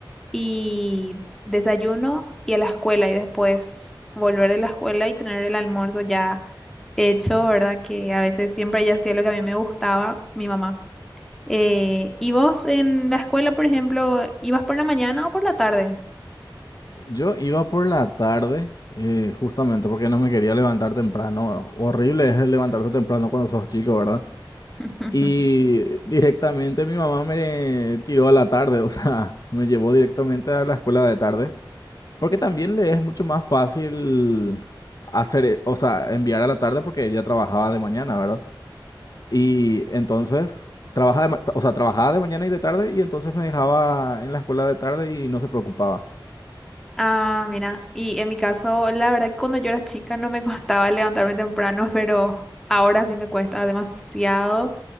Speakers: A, in the centre; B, on the left (about 50°).
A: y desayuno y a la escuela y después volver de la escuela y tener el almuerzo ya hecho, ¿verdad? Que a veces siempre ya hacía lo que a mí me gustaba, mi mamá. Eh, ¿y vos en la escuela, por ejemplo, ibas por la mañana o por la tarde?
B: Yo iba por la tarde, eh, justamente porque no me quería levantar temprano. Horrible es el levantarse temprano cuando sos chico, ¿verdad?
A: <laughs>
B: Y directamente mi mamá me tiró a la tarde, <laughs> o sea, me llevó directamente a la escuela de tarde. Porque también le es mucho más fácil hacer, eh, o sea, enviar a la tarde porque ella trabajaba de mañana, ¿verdad? Y entonces trabajaba de, ma- o sea, trabajaba de mañana y de tarde y entonces me dejaba en la escuela de tarde y no se preocupaba.
A: Ah, mira, y en mi caso, la verdad que cuando yo era chica no me <laughs> costaba levantarme temprano, pero ahora sí me cuesta demasiado.